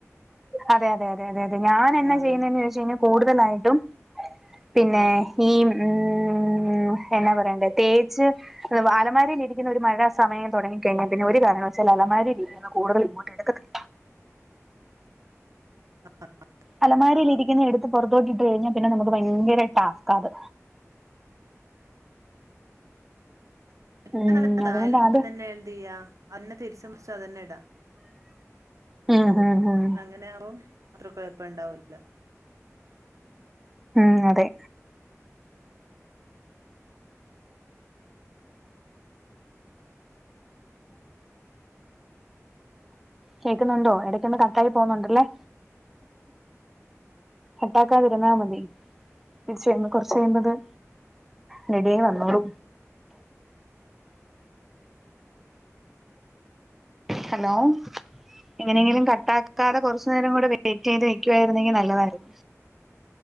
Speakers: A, in the centre; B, on the right.
A: അതെ അതെ അതെ അതെ അതെ ഞാൻ എന്നാ
B: ആഹ്
A: ചെയ്യുന്നതെന്ന്ചോയിച്ച ൽ കൂടുതലായിട്ടു.. പിന്നെ
B: ആഹ്
A: ഈ മ്മ് മ്മ്ഹ്ഹ്. എന്നാ പറയണ്ട്.. തേച്ച് വ ആലമാരിലിക്കുന്ന ഒരു മഴസ്.. സമയംതൊടങ്ങിക്കഴിഞ്ഞാൽ പിന്നെ കാരണം വശാൽ. അലമാരീരികുന്ന കൂടുതാൽ ഇങ്ങോട്ട്ടുക്കത്തില്ല..
B: ആ. ആ ആ..
A: അലമാരിയിലിരിക്കുന്ന എടുത്ത് പുറത്തോട്ടിട്ട് കഴിഞ്ഞാൽ പിന്നെ നമുക്ക് ഭയങ്കര ടാസ്കാത്..
B: എത്ത്
A: ഉം
B: നല്ലതായാലും
A: അതുകൊണ്ട് അത്
B: എന്തേയ അന്നെ തിരിചു മറിചു അതന്നെടാ..
A: ഹ് ഹ് ഹ..
B: എങ്ങനാറും അത്ര കൊഴപ്പണ്ടാവൂല്ല..
A: മ്മ്ഹ്. അതെ.. കേക്കുന്നുണ്ടോ ഇടക്കൊന്ന് കട്ടായി പോന്നുണ്ടല്ലേ.. കട്ടാക്കാതിരുന്നാമതി തിരിചുവെരുബോ കൊർചെയ്ബത്.. നെടിവന്നോളു. ഹലോം. എങ്ങനെയെങ്കിലും കട്ട.. കാതെ കൊർച്ചു നേരം കൂടെ വെയിറ്റെയ്ത് വെക്കുര്ന്നെങ്കി നല്ലതായിരുന്നു..